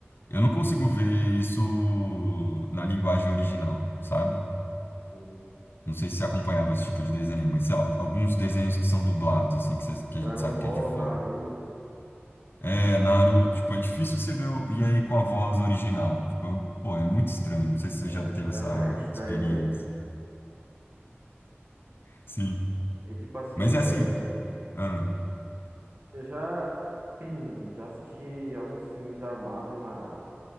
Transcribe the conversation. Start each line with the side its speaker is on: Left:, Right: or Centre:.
Left: eu não consigo ver isso na linguagem original, sabe?
Right: Sim.
Left: Não sei se você acompanhava esse tipo de desenho, mas sei lá, alguns desenhos que são dublados, assim, que, você- que
Right: Dragon
Left: a gente sabe
Right: Ball,
Left: que é de fora.
Right: Naruto.
Left: É, Naruto, tipo, é difícil você ver o- e aí com a voz original. Tipo, pô, é muito estranho. Não sei se você
Right: É,
Left: já teve essa
Right: é, é estranho
Left: experiência.
Right: mesmo.
Left: Sim.
Right: E tipo assim,
Left: Mas
Right: é,
Left: é assim. ah,
Right: eu já, <clears throat> já assisti alguns filmes da Marvel na,